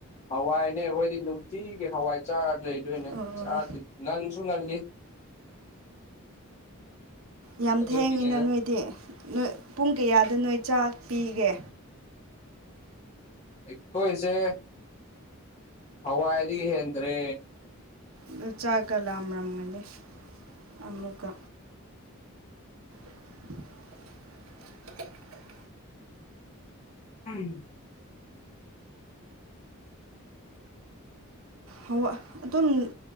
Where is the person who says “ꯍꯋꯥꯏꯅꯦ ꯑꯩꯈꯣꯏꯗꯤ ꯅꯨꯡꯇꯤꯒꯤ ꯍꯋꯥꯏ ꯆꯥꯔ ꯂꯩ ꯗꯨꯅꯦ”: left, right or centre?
Left